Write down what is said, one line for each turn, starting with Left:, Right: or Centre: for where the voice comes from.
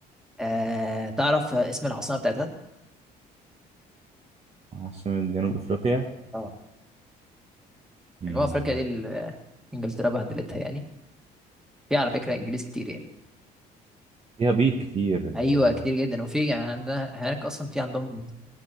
Centre: آه تعرف اسم العاصمه بتاعتها
Right: عاصمة جنوب افريقيا
Centre: اه
Right: مم.
Centre: جنوب افريقيا دي ال- انجلترا بهدلتها يعني في على فكره انجليز كتير يعني
Right: فيها بيض كتير ال-
Centre: ايوه كتير جدا وفي يعني عندنا هناك اصلا في عندهم